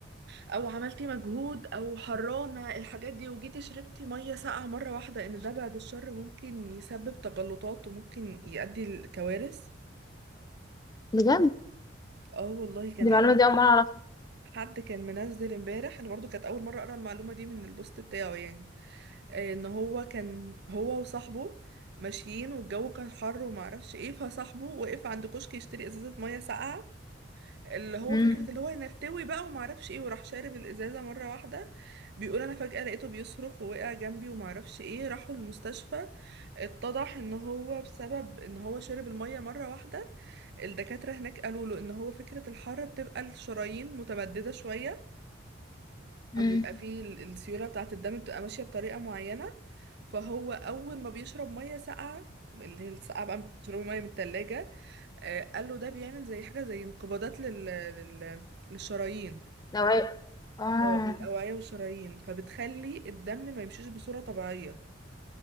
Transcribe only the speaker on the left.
بجد
دي المعلومة
دي اول مرة اعرفها
امم
امم
لو عي- اه